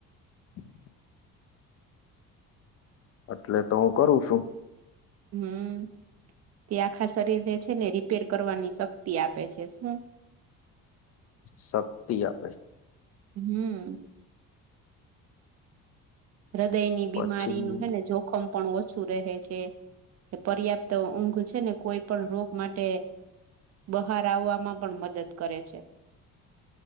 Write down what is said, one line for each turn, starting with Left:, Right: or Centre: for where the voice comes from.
Left: <inaudible> એટલે તો હું કરું છું
Right: હમ તે આખા શરીરને છે ને રિપેર કરવાની શક્તિ આપે છે શું
Left: શક્તિ આપે
Right: હમ હૃદયની
Left: પછી
Right: બીમારીનું હેને જોખમ પણ ઓ છું રહે છે પર્યાપ્ત ઊંઘ છે ને કોઈ પણ રોગ માટે બહાર આવવામાં પણ મદદ કરે છે